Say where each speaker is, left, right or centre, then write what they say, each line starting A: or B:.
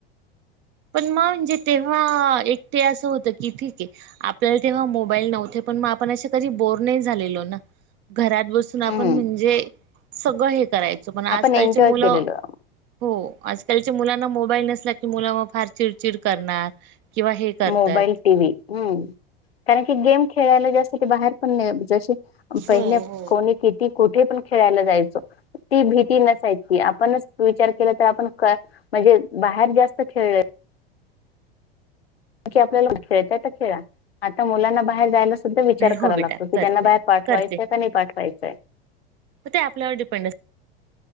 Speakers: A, on the right; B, on the left.
A: पण म म्हणजे तेव्हा आ, एक ते असं होत की ठीकेय आपल्याला तेव्हा मोबाईल नव्हते. पण म आपण अशे कधी बोर नाही झालेलो ना. घरात बसून आपण
B: हम्म
A: म्हणजे, सगळं हे करायचो पण आजकालची
B: आपण एन्जॉय
A: मुलं,
B: केलेलं
A: हो आजकालची मुलांना मोबाईल नसला की मूल ओफ फार चिडचिड करणार. करतात
B: मोबाईल टी. व्ही. अम्म. कारण की गेम खेळायला जास्त बाहेर पण जशी पहिल्या
A: हो हो
B: कोणी किती कुठेपण खेळायला जायचो. ती भीती नसायची, आपणच विचार केलातर आपण म्हणजे बाहेर जास्त खेळलोय. की आपल्याला खेळताय तर खेळा आता मुलांना बाहेर जायलाच पण तो विचार करावा
A: हो बेटा
B: लागतो की
A: करते
B: त्यांना बाहेर पाठवायचाय
A: करते
B: की नाही पाठवायचंय.
A: ते आपल्यावर डिपेंड असत.